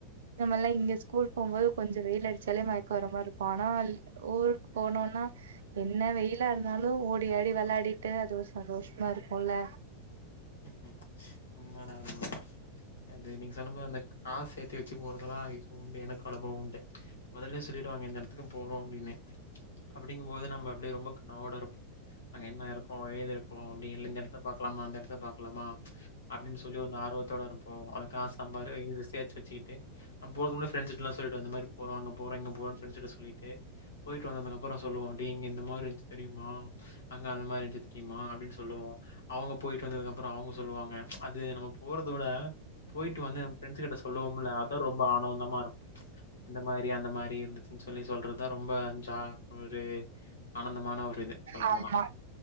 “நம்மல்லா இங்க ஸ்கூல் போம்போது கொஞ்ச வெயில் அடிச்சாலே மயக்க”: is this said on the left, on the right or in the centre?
Right